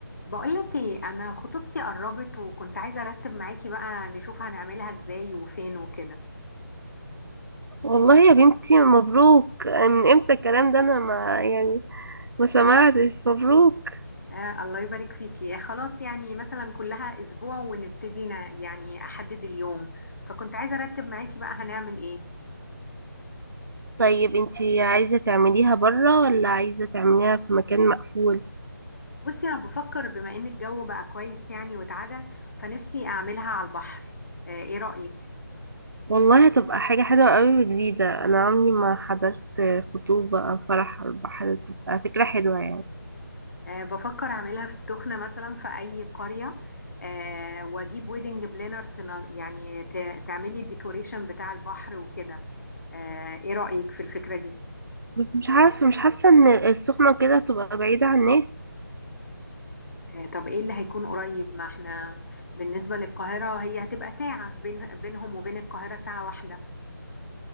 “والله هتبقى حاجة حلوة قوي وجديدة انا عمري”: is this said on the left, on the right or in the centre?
Right